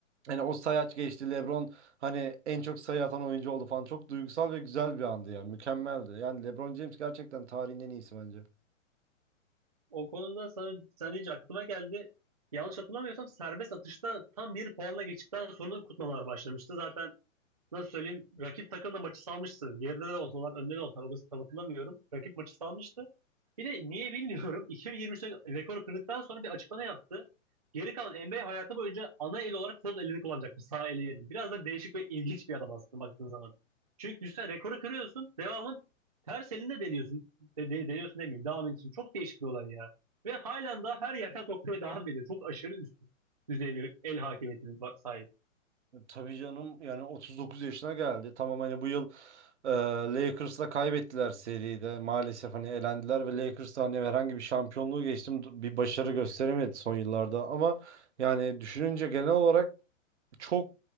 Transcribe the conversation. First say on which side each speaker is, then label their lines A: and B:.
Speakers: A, on the right (about 60°); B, on the right (about 30°).
A: Hani o sayaç geçti. LeBron hani en çok sayı atan oyuncu oldu falan. Çok duygusal ve güzel bir andı yani. Mükemmeldi. Yani LeBron James gerçekten tarihin en iyisi bence.
B: O konuda sana, sen deyince aklıma geldi. Yanlış hatırlamıyorsam serbest atışta tam bir puanla geçtikten sonra kutlamalar başlamıştı. Zaten nasıl söyleyeyim rakip takım da maçı salmıştı. Geride de olsalar önde de olsalar orası tam hatırlamıyorum. Rakip maçı salmıştı. Bir de niye bilmiyorum <laughs> 2023'te rekoru kırdıktan sonra bir açıklama yaptı. Geri kalan NBA hayatı boyunca ana el olarak sol elini kullanacakmış. Sağ eli yerine. Biraz da değişik ve ilginç bir adam aslında baktığın zaman. Çünkü düşünsene rekoru kırıyorsun. Devamın ters elinde deniyorsun. De, de- deniyorsun demeyeyim. Devam ediyorsun. Çok değişik bir olay ya. Ve halen daha her yerden <laughs> sokmaya devam ediyor. Çok aşırı üst düzey bir el hakimiyetine ba- sahip.
A: Tabii canım yani 39 yaşına geldi. Tamam hani bu yıl e, Lakers'la kaybettiler seride. Maalesef hani elendiler ve Lakers da hani herhangi bir şampiyonluğu geçtim d- bir başarı gösteremedi son yıllarda ama yani düşününce genel olarak çok